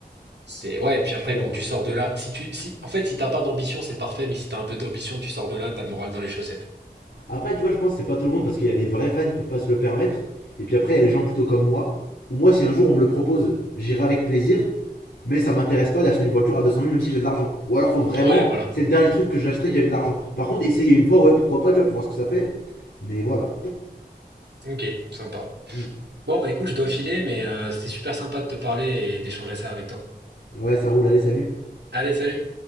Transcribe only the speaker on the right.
c'est, ouais. Et
puis
après,
quand tu sors de là, si tu, si, en fait, si t'as pas d'ambition, c'est parfait. Mais si t'as un peu d'ambition, tu sors de là, t'as le moral dans les chaussettes.
Ouais, voilà.
Ok, sympa.
Bon, bah écoute, je dois filer, mais euh, c'était super sympa de te parler et d'échanger ça avec toi.
Allez, salut!